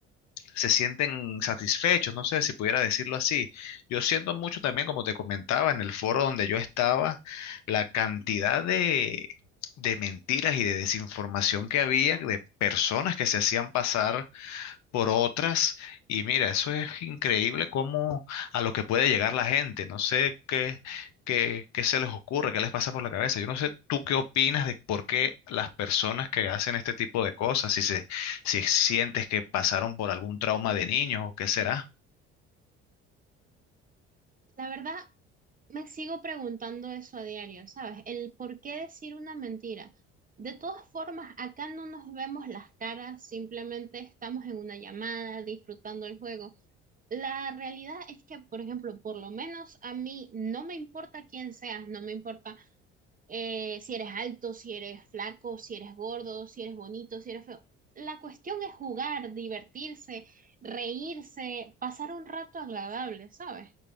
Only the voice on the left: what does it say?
se sienten satisfechos, no sé si pudiera decirlo así. Yo siento mucho también, como te comentaba, en el foro donde yo estaba, la cantidad de, de mentiras y de desinformación que había de personas que se hacían pasar por otras. Y mira, eso es increíble cómo a lo que puede llegar la gente. No sé qué, qué, qué se les ocurre, qué les pasa por la cabeza. Yo no sé tú qué opinas de por qué las personas que hacen este tipo de cosas, si se, si sientes que pasaron por algún trauma de niños o qué será.